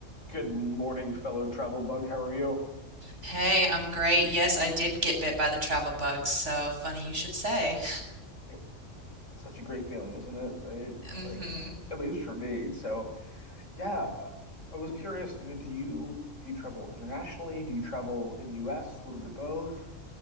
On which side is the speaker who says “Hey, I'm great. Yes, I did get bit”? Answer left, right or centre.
Right